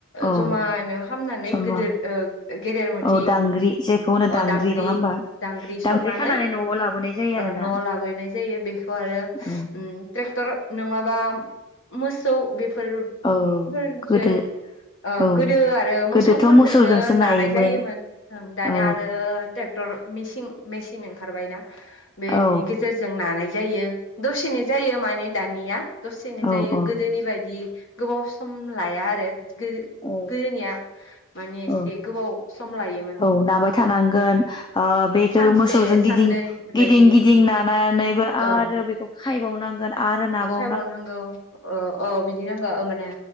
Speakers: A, on the left; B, on the left.
A: औ
B: जमानो खामनानै
A: समा
B: गोदेर ओ गेदेर मोथि
A: औ दांग्रि जायखौ होनो
B: दांग्रि
A: नङा होमबा
B: दांग्रि सरनानै
A: खानानै न'आव लाबोनाय जायो
B: ओ
A: आरोना
B: नआव लाबोनाय जायो बेखौ आरो
A: औ
B: उम ट्रेक्टर नंङा थाम मोसौ बेफोरफोरजों
A: औ गोदो
B: ओ
A: औ
B: गोदो आरो मोसौफोरजोंनो
A: गोदोथ' मोसौजोंसो नायोमोन
B: नानाय जायोमोन दानिया
A: औ
B: आरो ट्रेक्टर मेचिं मेचिन ओं खारबाय ना बेनि
A: औ
B: गेजेरजों नानाय जायो दसेनो जायो माने दानिया दसेनो
A: औ
B: जायो
A: औ
B: गोदोनि बाय बिदि गोबाव सम लाया आरो गोदो
A: औ
B: गोदोनिया माने एसे
A: औ
B: गोबाव सम लायोमोन
A: औ नाबाय थानांगोन ओ बेखौ
B: सानसे
A: मोसौजों गिदिं
B: साननै बेफोरबायदि
A: गिदिं गिदिं नानानैबो आरो
B: ओ
A: बेखौ खायबावनांगोन आरो नाबाव
B: खायबावनांगौ अ औ बिदि नांगौ माने